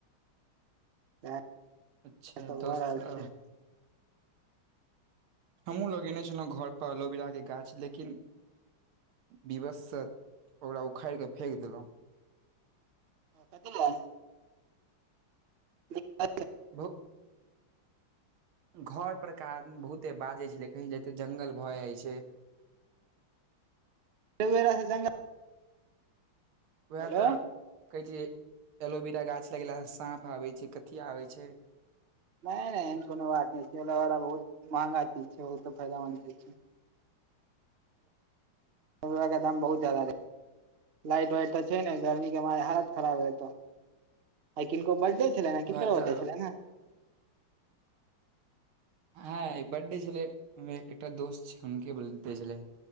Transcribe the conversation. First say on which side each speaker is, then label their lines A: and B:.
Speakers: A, on the right (about 75°); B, on the right (about 90°).
A: येहा
B: अच्छा
A: सब
B: दोस्त
A: भऽ रहल
B: साहब,
A: छै।
B: हमहुँ लगेने छलहुँ घर पर अलोवीरा के गाछ लेकिन विवससँ ओकरा उखाड़ि कऽ फेक देलहु।
A: कथीला? <inaudible>
B: भौ घर परका आदमी बहुते बाजे छलै कहय एते जंगल भऽ जाइ छै।
A: एलोवेरा स जंगल
B: वएह
A: हेलो
B: तऽ कहैय छिय एलोविरा गाछ लगेलासँ साँप आबैत छै कथी आबैत छै।
A: नहि नहि एहन कोनो बात नहि छै एलोवेरा बहुत महंगा चीज छै ओ त फायदामन्द चीज छै। ऐलोवेरा के दाम बहुत ज जादा छै। लाइट वाइट तऽ छै ने गर्मी के मारे हालत खराब है त आ किनको बडडे छलैन हैं किनकर
B: वएह
A: बडडे
B: तऽ
A: छलैन हैं।
B: हँ आइ बाडडे छलैया एकटा दोस्त छै हुनके बडडे छलै।